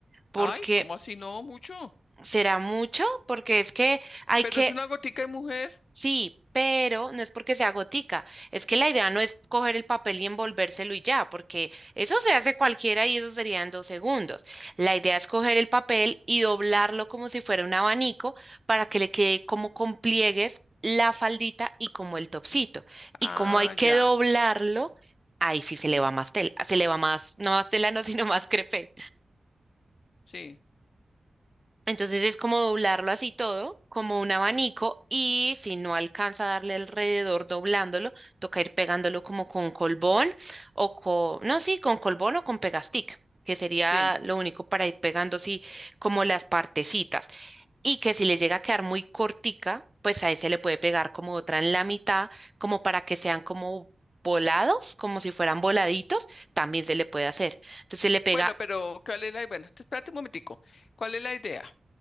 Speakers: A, on the right (about 15°); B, on the left (about 75°).
A: porque
B: Ay, ¿cómo así? No, mucho.
A: será mucho, porque es que hay
B: Pero
A: que
B: es una gotica de mujer.
A: Sí, pero no es porque sea gotica, es que la idea no es coger el papel y envolvérselo y ya, porque eso se hace cualquiera y eso sería en dos segundos. La idea es coger el papel y doblarlo como si fuera un abanico para que le quede como con pliegues la faldita y como el topsito. Y
B: Ah,
A: como hay que
B: ya.
A: doblarlo, ahí sí se le va más tela, se le va más, no más tela, no, sino más crepe.
B: Sí,
A: Entonces es como doblarlo así todo, como un abanico, y si no alcanza a darle alrededor doblándolo, toca ir pegándolo como con colbón o con, no, sí, con colbón o con pegastick, que sería
B: sí.
A: lo único para ir pegando así como las partecitas. Y que si le llega a quedar muy cortica, pues ahí se le puede pegar como otra en la mitad, como para que sean como volados, como si fueran voladitos, también se le puede hacer. Entonces se le pega,
B: Bueno, pero ¿cuál es la? Bueno, espérate un momentico. ¿Cuál es la idea?